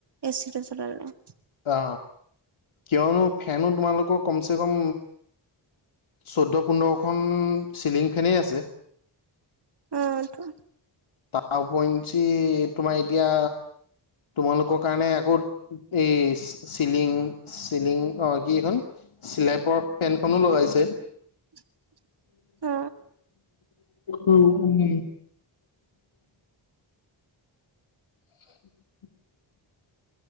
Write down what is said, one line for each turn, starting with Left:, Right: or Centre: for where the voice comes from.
Right: এচিটো চলালে ন।
Left: অ, কিয়নো ফেনো তোমালোকৰ কমচে, কম চৈধ্য, পোন্ধৰখন চিলিং ফেনেই আছে।
Right: উম, অটো।
Left: তাৰ উপঞ্চি তোমাৰ এতিয়া তোমালোকৰ কাৰণে আকৌ এই চিলিং, চিলিং অ, কি, এখন চিলেপৰ, ফেনখনো লগাইছে।
Right: <inaudible> অ
Left: অ, উম। <inaudible>